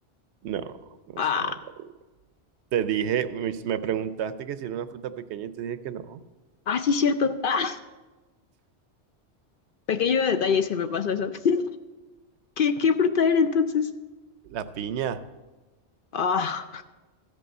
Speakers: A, on the right; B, on the left.
A: No, no
B: Ah,
A: es una buena. Te dije, me me preguntaste que si era una fruta pequeña y te dije que no.
B: ah, sí, cierto. Ah, pequeño detalle, se me pasó eso. <laughs> ¿Qué, qué fruta era entonces?
A: La piña.
B: Ah,